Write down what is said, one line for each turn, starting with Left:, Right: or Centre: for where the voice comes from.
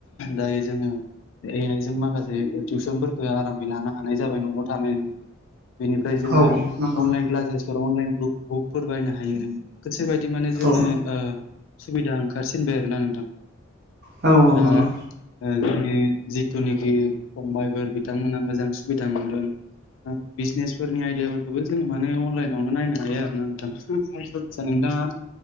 Left: दायो जोङो आइजों माखासे टिउसनफोरखौ आरामै लानो हानाय जाबाय न'आव थानाय नी बेनिफ्राय जोङो
Right: औ नंगौ
Left: अनलाइन क्लासेसफोर अनलाइन बुकफोर बायनो हायो गोसो बिदि माने जोंनो
Right: औ
Left: ओ सुबिदा ओंखारसिनबाय आरो ना नोंथां‌।
Right: औ
Left: दा
Right: नंगौ
Left: ओ जोंनि जिथुनाखि फंबबायफोर बिथांमोना मोजां सुबिदा मोनदों‌ बिजनेसफोरनि आइदायाफोरखौबो जोङो माने अनलाइनावनो नायनो हायो आरोना नोंथां सा नोंथाङा